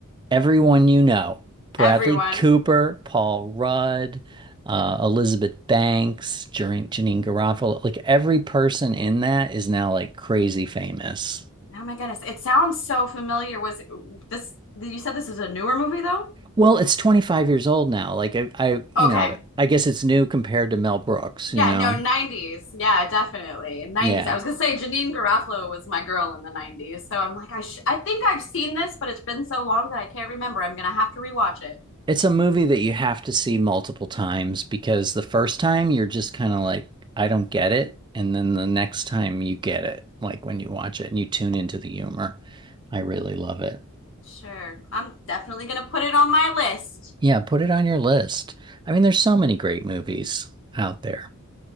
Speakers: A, on the right; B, on the left.
A: everyone you know, Bradley
B: Everyone.
A: Cooper, Paul Rudd, uh, Elizabeth Banks, Janine, Janine Garofalo, like every person in that is now like crazy famous.
B: Oh my goodness. It sounds so familiar. Was it, this you said this is a newer movie though?
A: Well, it's 25 years old now. Like I, I, you
B: Okay.
A: know, I guess it's new compared to Mel Brooks, you
B: Yeah,
A: know?
B: no, 90s. Yeah, definitely. 90s.
A: Yeah.
B: I was gonna say Janine Garofalo was my girl in the 90s. So I'm like, I sh I think I've seen this, but it's been so long that I can't remember. I'm gonna have to rewatch it.
A: It's a movie that you have to see multiple times because the first time you're just kind of like, I don't get it. And then the next time you get it, like when you watch it and you tune into the humor. I really love it.
B: Sure. I'm definitely gonna put it on my list.
A: Yeah, put it on your list. I mean, there's so many great movies out there.